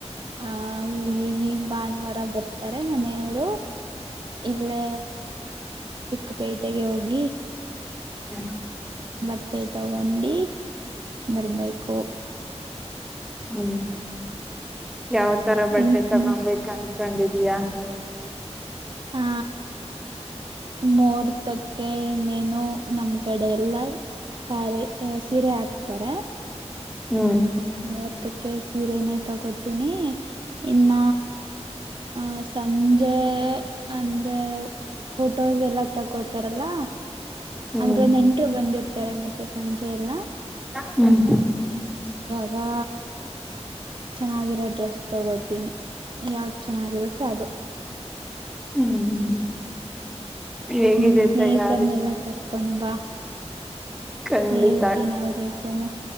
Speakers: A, on the right; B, in the centre.
A: ಹ ಈಗ ಭಾನುವಾರ ಬರ್ತಾರೆ ಮನೆಯವರು ಇಲ್ಲೇ ಚಿಕ್ಕಪೇಟೆಗೆ ಹೋಗಿ
B: ಹ್ಮ್
A: ಬಟ್ಟೆ ತಗೊಂಡು ಬರ್ಬೇಕು
B: ಹ್ಮ್ ಯಾವ ತರ ಬಟ್ಟೆ
A: ನಿನ್ ಸ್ನೇ
B: ತಗೊಬೇಕಾನ ಕಂಡಿದಯಾ
A: ಹಾ ಮುಹೂರ್ತಕ್ಕೆ ಇನ್ನೇನು ನಮ್ ಕಡೆ ಎಲ್ಲ ಸಾರಿ ಸೀರೆ ಹಾಕ್ತಾರ
B: ಹ್ಮ್
A: ನೋಡ್ತಕ್ಕೆ ಸೀರೆನೇ ತಗೋತೀನಿ ಇನ್ನ ಹ ಸಂಜೆ ಅಂದ್ರೆ ಫೋಟೋಸ್ ಎಲ್ಲ ತಗೋತಾರಲ್ಲ
B: ಹ್ಮ್
A: ಅಂದ್ರೆ ನೆಂಟರು ಬಂದಿರ್ತಾರೆ ಮತ್ತೆ ಸಂಜೆ ಎಲ್ಲ
B: ಹ್ಮ್
A: ವಾ ಚೆನ್ನಾಗಿರೋ ಡ್ರೆಸ್ ತಗೋತೀನಿ ಯಾವ್ದ ಚೆನ್ನಾಗಿರುತ್ತೆ ಅದು
B: ಹ್ಮ್ ಹೇಗಿದೆ
A: ನಿನ್ ಸ್ನೇಹಿತರ್ನೆಲ್ಲಾ
B: ತಯಾರಿ
A: ಕರ್ಕೊೊಂಡ್ ಬ
B: ಖಂಡಿತ
A: ಹೇಳ್ತೀ ನ ಅವ ರೇಪನು